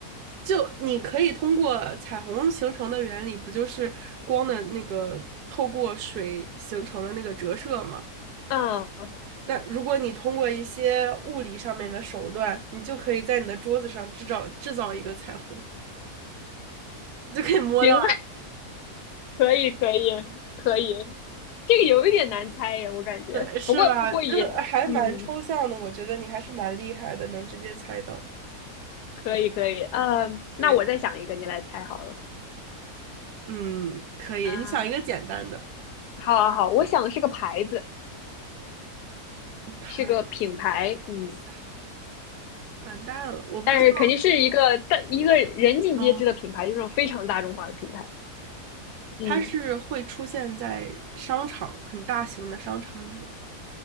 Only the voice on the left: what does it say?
嗯，
行吧，可以，可以，可以，这个有一点难猜呀，我感觉，
不过不过也，
嗯，
可以，可以，呃，
那我再想一个，你来猜好了，
啊。
好好好，我想是个牌子，
是个品牌，嗯，
但是肯定是一个大一个人尽皆知的品牌，
就是那种非常大众化的品牌，嗯，